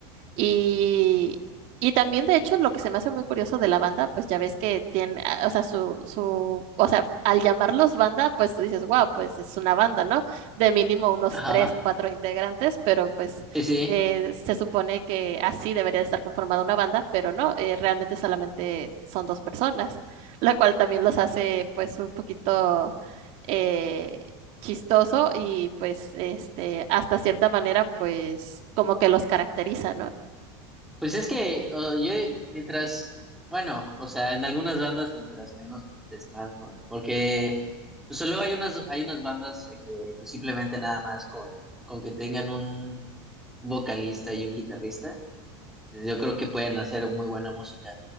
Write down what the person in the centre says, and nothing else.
Ajá.
Sí, sí.
Pues es que o- yo mientras, bueno, o sea, en algunas bandas mientras menos, pues es más, ¿no? Porque pues luego hay unas, hay unas bandas eh, que pues, simplemente nada más con, con que tengan un, un vocalista y un guitarrista, pues, yo creo que pueden hacer muy buena música.